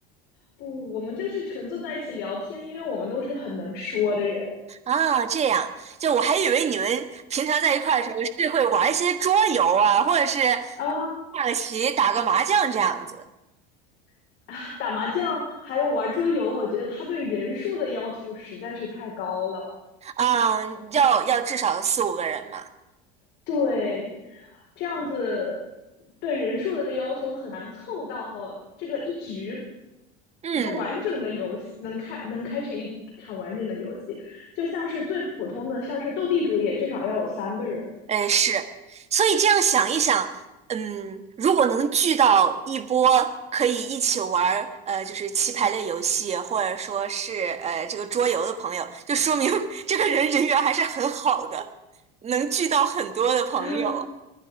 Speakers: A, on the left; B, on the right.
A: 不，我们就是纯坐在一起聊天，因为我们都是很能说的人
B: 啊，这样，就我还以为你们平常在一块儿的时候是会玩一些桌游啊，或者是下个棋、
A: 啊。
B: 打个麻将这样子，
A: <laughs> 啊，打麻将还有玩桌游，我觉得他对人数的要求实在是太高了。
B: 嗯，要要至少四五个人嘛。
A: 对，这样子对人数的要求很难凑到这个一局
B: 嗯，
A: 一个完整的游戏能开能开始一场完整的游戏，就像是最普通的，像是斗地主也至少要有三个人，
B: 哎，是，所以这样想一想，嗯，如果能聚到一波可以一起玩儿，呃，就是棋牌类游戏，或者说是呃这个桌游的朋友，就说明 <laughs> 这个人人缘还是很好的，能聚到很多的朋友。
A: <laughs>